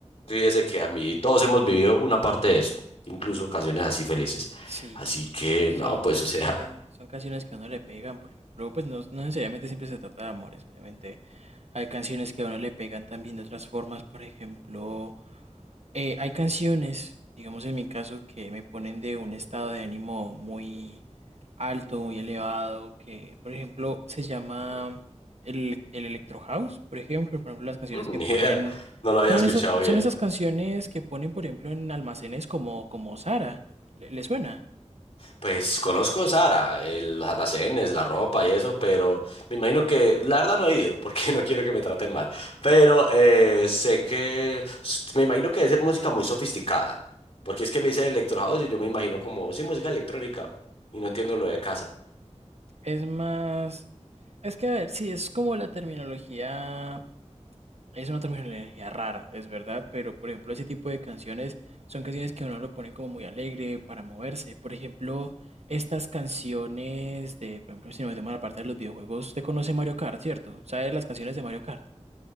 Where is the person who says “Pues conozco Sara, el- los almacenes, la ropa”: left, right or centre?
Left